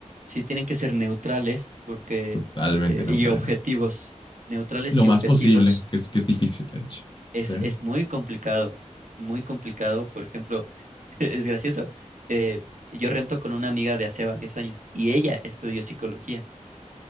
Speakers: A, on the right; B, on the left.
A: sí tienen que ser neutrales porque,
B: totalmente
A: eh,
B: neutral.
A: y objetivos, neutrales
B: Lo
A: y
B: más
A: objetivos
B: posible, que es, que es difícil, de hecho.
A: Es,
B: ¿ya?
A: es muy complicado, muy complicado. Por ejemplo, <laughs> es gracioso. eh, yo rento con una amiga de hace varios años y ella estudió psicología